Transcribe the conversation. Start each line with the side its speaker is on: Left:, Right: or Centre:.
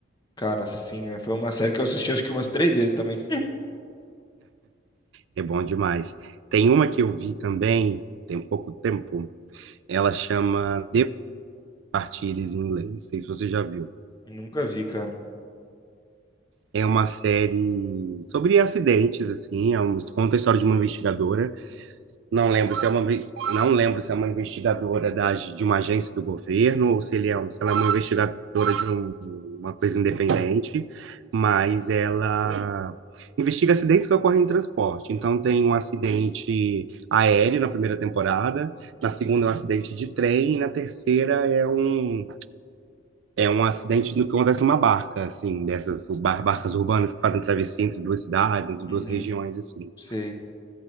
Left: Cara, sim, é, foi uma série que eu assisti acho que umas três vezes também.
Right: é bom demais. Tem uma que eu vi também, tem pouco tempo, ela chama The Partilles em inglês, não sei se você já viu.
Left: <laughs> Nunca vi, cara.
Right: É uma série sobre acidentes, assim, é um- conta a história de uma investigadora. Não lembro se é uma, inve- não lembro se é uma investigadora da, ag- de uma agência do governo ou se ele é, um- se ela é uma investigadora de um- uma coisa independente, mas ela investiga acidentes que ocorrem em transporte. Então tem um acidente aéreo na primeira temporada, na segunda é um acidente de trem e na terceira é um é um acidente no que acontece numa barca, assim, dessas bar- barcas urbanas que fazem travessia entre duas cidades, entre
Left: Uhum,
Right: duas regiões, assim.
Left: sei.